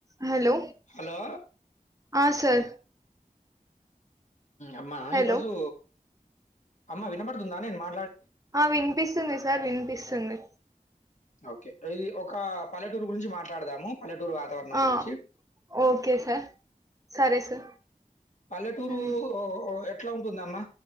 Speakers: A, on the right (about 25°); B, on the left (about 55°).
A: హలో
B: హలో
A: ఆ సార్
B: అమ్మా
A: హలో
B: ఈరోజు అమ్మా వినపడుతుందిందానే మా
A: ఆ వినిపిస్తుంది సార్ వినిపిస్తుంది
B: ఓకే. ఇది ఒక పల్లెటూరు గురించి మాట్లాడదాము పల్లెటూరు వాతావరణం
A: ఆ
B: గురించి
A: ఓకే సార్ సరే సార్
B: పల్లెటూరు
A: ఉమ్,
B: ఎట్లా ఉంటుంద అమ్మా